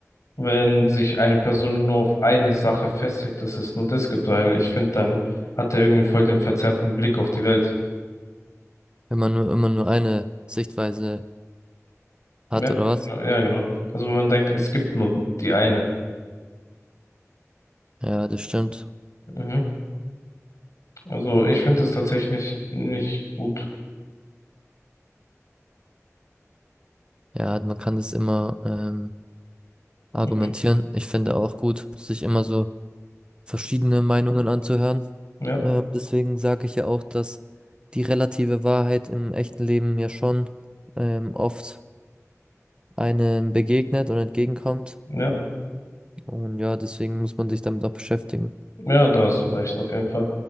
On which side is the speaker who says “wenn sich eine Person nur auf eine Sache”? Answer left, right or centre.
Left